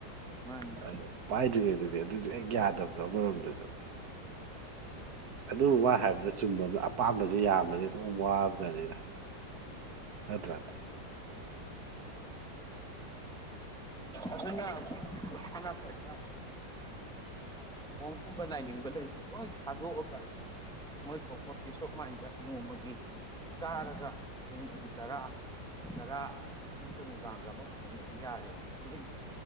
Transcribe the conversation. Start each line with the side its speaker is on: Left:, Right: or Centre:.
Centre: ꯃꯥꯅꯤ
Right: ꯑ ꯄꯥꯏꯗ꯭ꯔꯤꯉꯩꯗꯗꯤ ꯑꯗꯨꯁꯨ ꯍꯦꯛ ꯌꯥꯗꯕꯗꯣ ꯑꯃꯣꯝꯗꯁꯨ ꯑꯗꯨ ꯃꯥ ꯍꯥꯏꯕꯗ ꯆꯨꯝꯕ ꯑꯄꯥꯝꯕꯁ ꯌꯥꯝꯅꯗꯤ ꯑꯗꯨꯝ ꯋꯥꯕꯖꯠꯅꯤꯗ ꯅꯠꯇ꯭ꯔ
Centre: INAUDIBLE UNINTELLIGIBLE ꯃꫭꯡꯀꯨꯝꯕ ꯂꯥꯏꯅꯤꯡꯕ ꯂꯩꯁꯦ ꯍꯣꯏ ꯊꯥꯗꯣꯛꯑꯒ ꯃꯣꯏ ꯊꯣꯛꯄ ꯄꯤꯁ ꯑꫭꯞ ꯃꯥꯏꯟꯗ ꯅꯣꯡꯃꯒꯤ ꯆꯥꯔꯒ ꯅꯣꯡꯃꯒꯤ ꯆꯔꯥ ꯆꯔꯥ ꯑꯌꯨꯛꯀ ꯅꯨꯡꯗꯥꯡꯒ ꯑꯃ ꯐꯪꯅꯗꯤ ꯌꯥꯔꯦꯅ ꯊꯣꯛꯂꯛꯏꯁꯦ